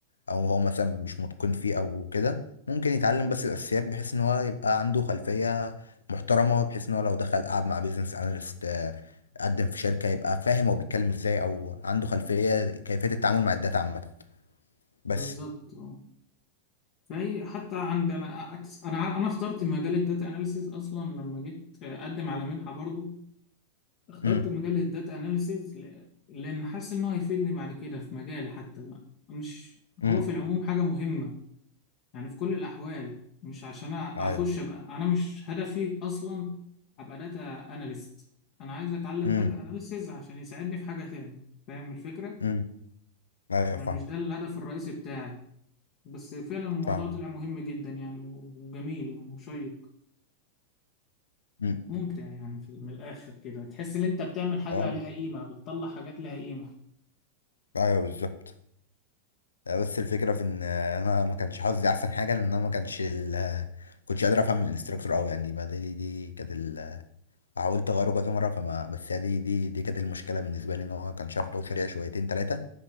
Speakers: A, on the left; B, on the left.
A: او هو مثلا مش متقن فيه او كده ممكن يتعلم بس الاساسيات بحيث ان هو يبقى عنده خلفيه محترمه بحيث ان هو لو دخل قعد مع بيزنس اناليست قدم في شركه يبقى فاهم هو بيتكلم ازاي او عنده خلفيه كيفيه التعامل مع الداتا عامه بس
B: بالظبط فهي حتى عند انا انا ع- انا اخترت مجال الداتا اناليسيز اصلا لما جيت آه، اقدم على منحه برضو اخترت
A: امم
B: مجال الداتا اناليسيز لان حاسس ان هو هيفيدني بعد كده في مجالي حتى بقى. مش
A: امم
B: هو في العموم حاجه مهمه يعني في كل الاحوال مش عشان أ-
A: ايوه
B: اخش ابقى انا مش هدفي اصلا ابقى داتا اناليست انا عايز اتعلم
A: امم
B: داتا اناليسيز عشان يساعدني في حاجه تاني فاهم الفكره
A: امم ايوه
B: يعني
A: فاهم
B: مش ده الهدف الرئيسي بتاعي بس فعلا الموضوع
A: فاهم
B: طلع مهم جدا يعني وجميل يعني وشيق
A: امم
B: ممتع يعني في من الآخر كده تحس إن أنت بتعمل حاجة
A: اه
B: لها قيمة بتطلع حاجات لها قيمة
A: ايوه بالظبط آه، بس الفكرة في ان آه، انا ما كانش حظي احسن حاجة لان انا ما كانش ال... كنتش قادر افهم الانستراكتور قوي يعني ما دي دي كانت ال... حاولت اغيره كذا مرة فما بس هي دي دي دي كانت المشكلة بالنسبة لي ان هو كان شرحه سريع شويتين ثلاثة